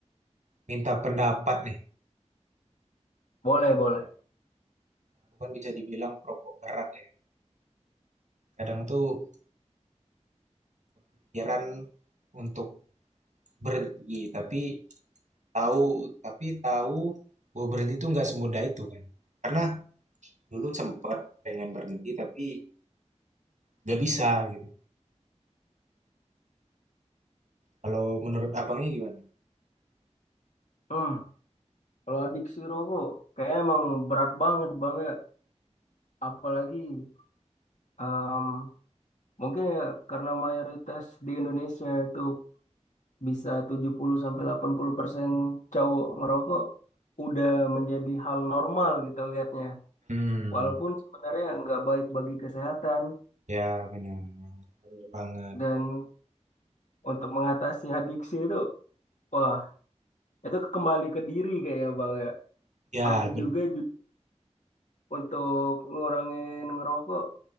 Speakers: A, on the right; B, on the left.
A: minta pendapat nih.
B: Boleh, boleh.
A: Aku kan bisa dibilang perokok berat ya. Kadang tuh pikiran untuk berhenti, tapi tahu tapi tahu bahwa berhenti tuh nggak semudah itu kan. Karena dulu sempat pengen berhenti tapi nggak bisa gitu. Kalau menurut abangnya gimana?
B: Hmm, kalau adiksi rokok, kayaknya emang berat banget Bang ya. Apalagi em, mungkin ya karena mayoritas di Indonesia itu bisa tujuh puluh sampai delapan puluh persen cowok ngerokok, udah menjadi hal normal kita lihatnya.
A: Hmm,
B: Walaupun sebenarnya nggak baik bagi kesehatan
A: ya benar. Benar banget.
B: dan untuk mengatasi adiksi itu, wah Itu kembali ke diri kayaknya Bang ya.
A: Ya,
B: Aku
A: ben
B: juga ju- untuk ngurangin ngerokok